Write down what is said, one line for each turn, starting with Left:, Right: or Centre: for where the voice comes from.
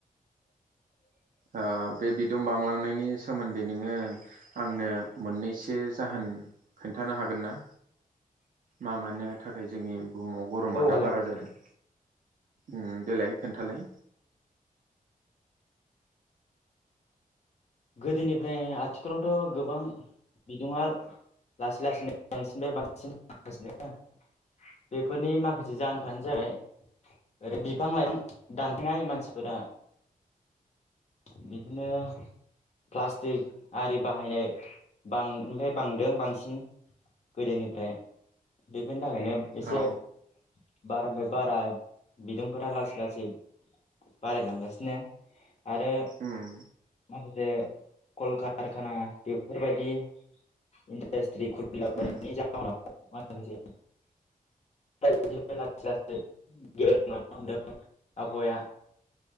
Right: ओ बे बि दुं बांलांनायनि सोमोन्दै नोङो आंनो मोननैसो जाहोन खोन्थानो हागोन ना मा मानो थाखाय जोंनि बुहुमाव गरमा
Left: औ
Right: दा
Left: हागोन
Right: बारा जादों ओ देलाय खोन्थालाय
Left: गोदोनिफ्राय आथिखालावथ' गोबां बिदुङा लासै लासैनो बांसिननिफ्राय बांसिन जागासिनो बेफोरनि माखासे जाहोनफोरानो जाबाय आरो बिफां लाइफां दानफायनाय मानसिफोरा बिदिनो प्लास्टिक आरि बाहायनाय बांनायनिफ्राय बांदों बांसिन गोदोनिफ्राय बेफोरनि थाखायनो एसे
Right: औ
Left: बारानिफ्राय बारा बिदुंफोरा लासै लासै बारायलांगासिनो आरो
Right: उम
Left: माखासे कल कारखाना बेफोरबायदि इन्डास्ट्रि खुलिलाबायनायनि
Right: उम
Left: जाहोनाव माखासे दा बिदिनो लासै लासै गेब्रेंलांनो हमदों आबहावाया